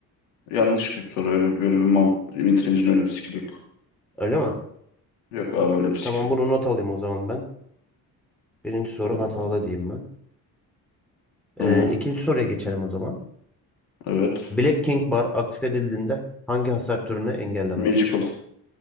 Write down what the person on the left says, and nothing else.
Yanlış bir soru. Öyle bir, böyle bir mant Wintrage'in öyle bir skill'i yok.
Yok abi öyle bir skill.
Allah
Allah.
Tamam.
Evet.
Magical.